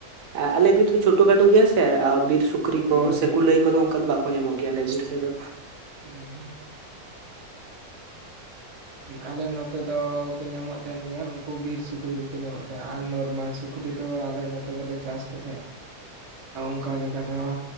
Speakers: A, on the right; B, on the right.
A: ᱮ ᱟᱞᱮ ᱵᱤᱨ ᱫᱚ ᱪᱷᱳᱴᱳ ᱠᱷᱟᱴᱚ ᱜᱮᱭᱟ ᱥᱮ ᱟ ᱵᱤᱨ ᱥᱩᱠ ᱠᱨᱤ
B: ᱦᱩᱸ
A: ᱠᱚ ᱥᱮ ᱠᱩᱞᱟᱹᱭ ᱠᱚᱫᱚ ᱚᱱᱠᱟ ᱫᱚ ᱵᱟᱠᱚ ᱧᱟᱢᱚᱜ ᱜᱮᱭᱟ ᱟᱞᱮ ᱵᱤᱨ ᱥᱮᱫ ᱫᱚ᱾
B: ᱩᱢᱸᱻ ᱟᱞᱮ ᱱᱚᱛᱮ ᱫᱚ ᱠᱩ ᱧᱟᱢᱚᱜ ᱛᱟᱦᱮᱱ ᱜᱮᱭᱟ, ᱩᱱᱠᱩ ᱵᱤᱨ ᱥᱩᱠᱨᱤ ᱠᱚᱠᱚ ᱧᱟᱢᱚᱜ ᱛᱟᱦᱮᱱᱟ ᱟᱨ ᱱᱚᱨᱢᱟᱞ ᱥᱩᱠ ᱩᱠᱨᱤ ᱫᱚ ᱟᱞᱮ ᱱᱚᱛᱮ ᱫᱚᱞᱮ ᱪᱟᱥ ᱠᱚ ᱛᱟᱦᱮᱸᱜ ᱚᱱᱠᱟ ᱞᱮᱠᱟ ᱫᱚ